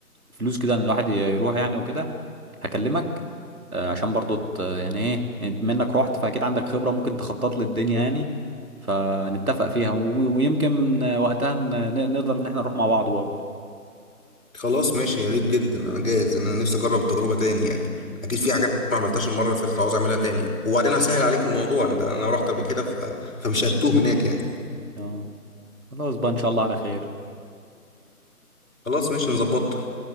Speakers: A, on the right (about 65°); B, on the left (about 55°).
A: فلوس كده ان الواحد يروح يعني وكده هكلمك آه، عشان برضو ت- يعني ايه يعني بما انك رحت فاكيد عندك خبرة ممكن تخطط لي الدنيا يعني فنتفق فيها و- ويمكن آه، وقتها ن- ن- نقدر ان احنا نروح مع بعض برضو
B: خلاص ماشي يا ريت جدا انا جاهز انا نفسي اجرب التجربه تاني يعني اكيد في حاجات ما عملتهاش المره اللي فاتت عاوز اعملها تاني يعني. وبعدين هسهل عليك الموضوع انت انا رحت قبل كده ف... فمش هتوه هناك يعني
A: اه خلاص بقى ان شاء الله على خير
B: خلاص ماشي نظبطها